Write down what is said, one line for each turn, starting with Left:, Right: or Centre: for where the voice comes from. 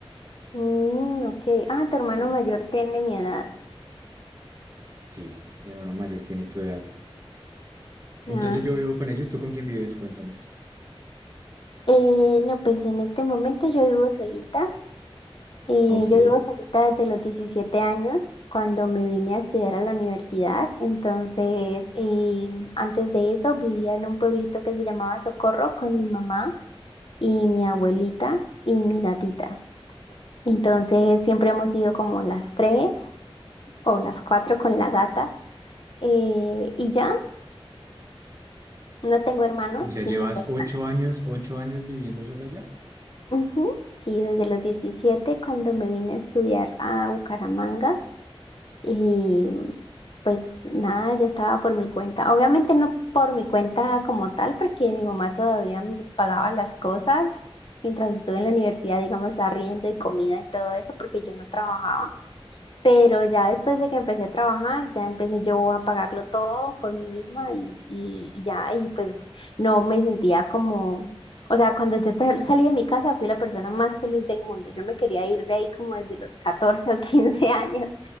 Left: Mm, ok. Ah, tu hermano
Right: Entonces,
Left: mayor tiene mi edad.
Right: sí, mi hermano mayor tiene tu edad.
Left: Ah.
Right: Entonces yo vivo con ellos, ¿tú con quién vives? Cuéntame.
Left: Eh, no, pues en este momento yo vivo solita. Eh,
Right: Ok,
Left: yo vivo solita desde los 17 años, cuando me vine a estudiar a la universidad. Entonces, eh, antes de eso vivía en un pueblito que se llamaba Socorro con mi mamá y mi abuelita y mi gatita. Entonces, siempre hemos sido como las tres o las cuatro con la gata. Eh, y ya, no tengo hermanos
Right: o sea,
Left: ni
Right: llevas
Left: hermanas.
Right: ocho años, ocho años viviendo sola ya.
Left: Ujú. Sí, desde los 17 cuando me vine a estudiar a Bucaramanga. Y pues nada, ya estaba por mi cuenta. Obviamente no por mi cuenta como tal, porque mi mamá todavía me pagaba las cosas mientras estuve en la universidad, digamos, arriendo y comida y todo eso, porque yo no trabajaba. Pero ya
Right: Ok,
Left: después de que empecé a trabajar, ya empecé yo a pagarlo todo por mí misma y, y- y ya, y pues no me sentía como, o sea, cuando yo sal- salí de mi casa fui la persona más feliz del mundo. Yo me quería ir de ahí como desde los 14 o 15 <laughs> años